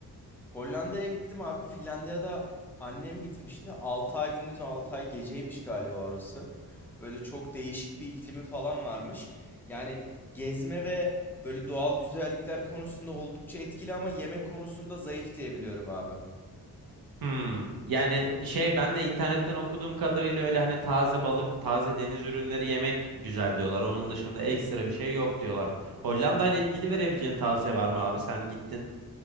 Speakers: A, in the centre; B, on the right.
A: Hollanda'ya gittim abi Finlandiya'da annem gitmişti 6 ay gündüz 6 ay geceymiş galiba orası. Böyle çok değişik bir iklimi falan varmış. Yani gezme ve böyle doğal güzellikler konusunda oldukça etkili ama yemek konusunda zayıf diye biliyorum abi.
B: Hmm. Yani şey ben de internetten okuduğum kadarıyla öyle hani taze balık, taze deniz ürünleri yemek güzel diyorlar. Onun dışında ekstra bir şey yok diyorlar. Hollanda ile ilgili verebileceğin tavsiye var mı abi? Sen gittin.